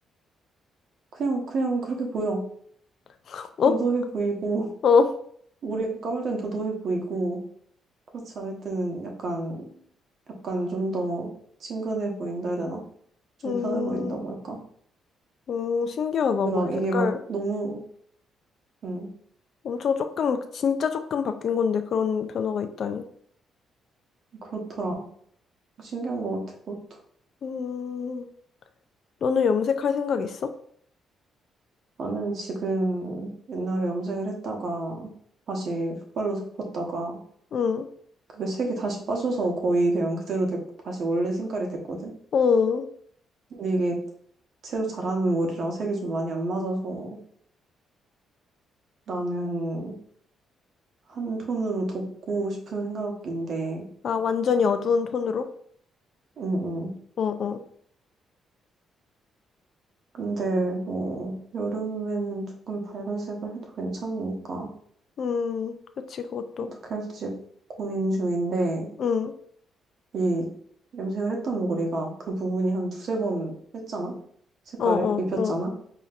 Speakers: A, on the right; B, on the left.
A: 그냥, 그냥 그렇게 보여.
B: <laughs>
A: 도도해
B: 어?
A: 보이고,
B: 어.
A: <laughs> 머리가 감을 땐 도도해 보이고, 그렇지 않을 때는 약간, 약간 좀 더 친근해 보인다 해야 되나? 좀
B: 음,
A: 편해 보인다고 할까?
B: 음, 신기하다.
A: 근데
B: 머리
A: 막
B: 색깔
A: 이게 막 너무, 음
B: 엄청 조금, 진짜 조금 바뀐 건데 그런 변화가 있다니.
A: 그렇더라. 신기한 것 같아, 그것도.
B: 음, 너는 염색할 생각 있어?
A: 나는 지금 옛날에 염색을 했다가 다시 흑발로 덮었다가
B: 응.
A: 그게 색이 다시 빠져서 거의 그냥 그대로 됐, 다시 원래 색깔이 됐거든.
B: 어.
A: 근데 이게 새로 자라는 머리랑 색이 좀 많이 안 맞아서 나는 한 톤으로 덮고 싶은 생각인데,
B: 아, 완전히 어두운 톤으로?
A: 응응.
B: 어, 어.
A: 근데 뭐 여름에는 조금 밝은 색을 해도 괜찮으니까
B: 음, 그치, 그것도.
A: 어떻게 할지 고민 중인데
B: 응,
A: 이 염색을 했던 머리가 그 부분이 한 두세 번 했잖아? 색깔을
B: 어, 어,
A: 입혔잖아?
B: 어.